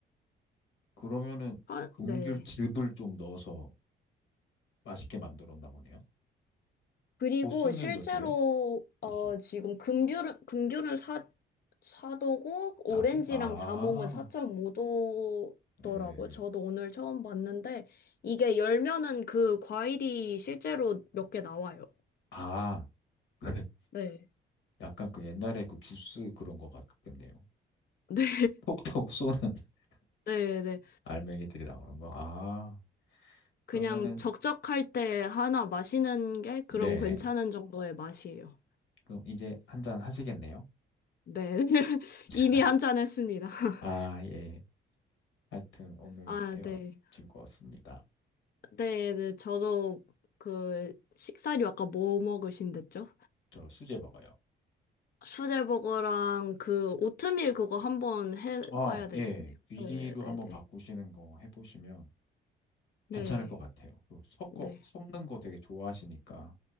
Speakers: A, on the left; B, on the left.
A: 그러면은
B: 아,
A: 금귤즙을
B: 네.
A: 좀 넣어서 맛있게 만들었나 보네요.
B: 그리고
A: 도수는
B: 실제로
A: 몇 도예요?
B: 어
A: 도수.
B: 지금 금귤은 금귤은 사 4도고 오렌지랑
A: 4도? 아,
B: 자몽은 4.5도더라고요.
A: 예.
B: 저도 오늘 처음 봤는데 이게 열면은 그 과일이 실제로 몇 개 나와요.
A: 아, 그
B: 네.
A: 약간 그 옛날에 그 주스 그런 거 같겠네요.
B: <laughs> 네.
A: 톡톡톡 쏘는 <laughs>
B: 네, 네.
A: 알맹이들이 나오는 거. 아,
B: 그냥
A: 그러면은
B: 적적할 때 하나 마시는 게 그런
A: 네.
B: 괜찮은 정도의 맛이에요.
A: 그럼 이제 한 잔 하시겠네요?
B: 네. <laughs>
A: <laughs>
B: 이미 한 잔 했습니다. <laughs>
A: 아, 예. 하여튼 오늘
B: 아,
A: 대화
B: 네.
A: 즐거웠습니다.
B: 네, 네. 저도 그 식사류 아까 뭐 먹으신댔죠?
A: 저 수제 버거요.
B: 수제버거랑 그 오트밀 그거 한번 해봐야
A: 어,
B: 되겠네요.
A: 예. 귀리로
B: 네, 네,
A: 한번
B: 네.
A: 바꾸시는 거 해보시면
B: 네,
A: 괜찮을 것 같아요. 그 섞어,
B: 네, 네.
A: 섞는 거 되게 좋아하시니까